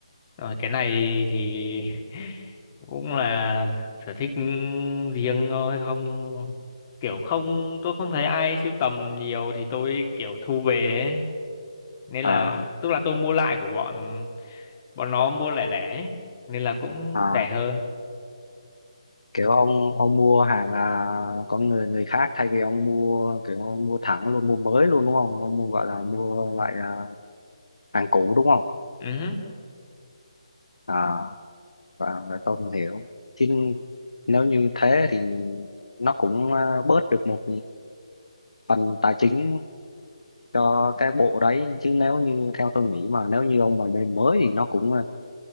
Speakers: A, on the left; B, on the left.
A: Rồi cái này thì <laughs> cũng là sở thích riêng thôi không kiểu không tôi không thấy ai sưu tầm nhiều thì tôi kiểu thu về ấy. Nên
B: à,
A: là tức là tôi mua lại của bọn bọn nó mua lẻ lẻ ấy. Nên là cũng
B: à
A: rẻ hơn.
B: kiểu ông ông mua hàng à, con người người khác thay vì ông mua kiểu ông mua thẳng luôn mua mới luôn đúng không ông mua gọi là mua loại à, hàng cũ đúng không
A: Ừ.
B: à và, và tôi không hiểu chứ nếu như thế thì nó cũng à, bớt được một phần tài chính cho cái bộ đấy chứ nếu như theo tôi nghĩ mà nếu như ông mà mua mới thì nó cũng à,